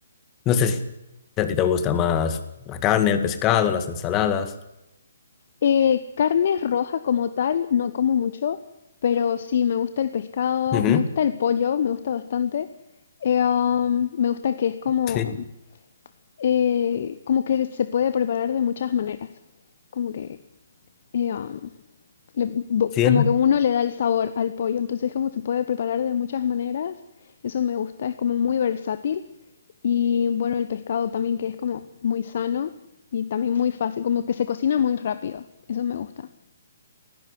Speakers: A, on the left; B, on the left.
A: No sé si a ti te gusta más la carne, el pescado, las ensaladas.
B: Eh, carne roja como tal, no como mucho, pero sí, me gusta el pescado,
A: Ujú.
B: me gusta el pollo, me gusta bastante. Eh, um, me gusta que es como,
A: Sí,
B: eh, como que se puede preparar de muchas maneras. Como que, eh, um, le- bo-
A: sí,
B: como
A: es-
B: que uno le da el sabor al pollo. Entonces, como se puede preparar de muchas maneras. Eso me gusta, es como muy versátil. Y bueno, el pescado también que es como muy sano y también muy fácil, como que se cocina muy rápido. Eso me gusta.